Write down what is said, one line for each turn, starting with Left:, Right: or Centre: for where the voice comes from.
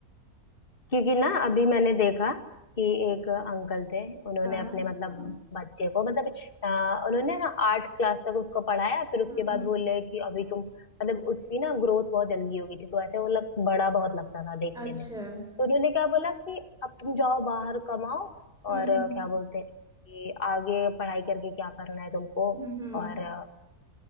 Left: क्योंकि ना अभी मैंने देखा कि एक अंकल थे उन्होंने
Centre: हाँ
Left: अपने मतलब बच्चे को मतलब अ, उन्होंने ना आठ क्लास तक उसको पढ़ाया फिर उसके
Centre: हम्म
Left: बाद
Centre: हम्म,
Left: बोले कि अभी तुम मतलब उसकी ना ग्रोथ बहुत जल्दी हो गई थी तो ऐसे वो लग बड़ा बहुत लगता था देखने
Centre: अच्छा
Left: में तो उन्होंने क्या बोला कि अब तुम जाओ बाहर कमाओ
Centre: हम्म,
Left: और अ, क्या बोलते हैं कि आगे पढ़ाई करके क्या करना है तुमको
Centre: हम्म, हम्म,
Left: और अ,